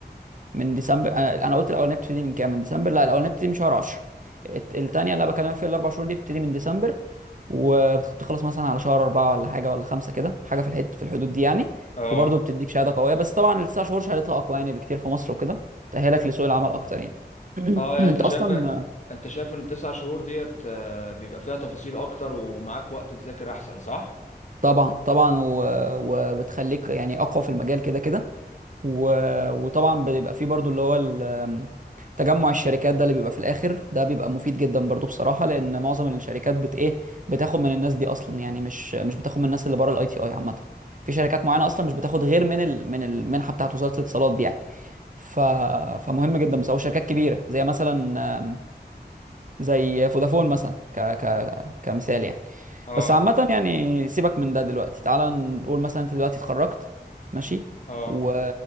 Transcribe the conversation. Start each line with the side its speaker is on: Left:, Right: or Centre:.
Right: من ديسمبر انا انا قلت الاولانيه بتبتدي من كام من ديسمبر لا الاولانيه بتبتدي من شهر 10 الت- التانيه اللي انا بكلمك فيها الاربع شهور دي بتبتدي من ديسمبر وبتخلص مثلا على شهر أربعة ولا حاجة ولا خمسة كده حاجة في الحد في الحدود دي يعني
Left: اه
Right: وبرضه بتديك شهادة قوية بس طبعا التسع شهور شهادتها أقوى يعني بكتير في مصر وكده تأهلك لسوق العمل أكتر يعني <clears throat>
Left: اه يعني
Right: أنت
Left: انت شايف
Right: أصلا
Left: انت شايف ان التسع شهور ديت آه، بيبقى فيها تفاصيل اكتر ومعاك وقت تذاكر احسن صح
Right: طبعا طبعا و... وبتخليك يعني أقوى في المجال كده كده و... وطبعا بيبقى فيه برضو اللي هو ال- تجمع الشركات ده اللي بيبقى في الاخر ده بيبقى مفيد جدا برضو بصراحه لان معظم الشركات بت ايه بتاخد من الناس دي اصلا يعني مش مش بتاخد من الناس اللي بره الاي تي اي عامه في شركات معينه اصلا مش بتاخد غير من ال... من المنحه بتاعت وزاره الاتصالات دي يعني ف... فمهم جدا بس او شركات كبيره زي مثلا زي فودافون مثلا ك ك كمثال يعني
Left: اه
Right: بس عامة يعني سيبك من ده دلوقتي تعال نقول مثلا انت دلوقتي اتخرجت ماشي
Left: اه
Right: و...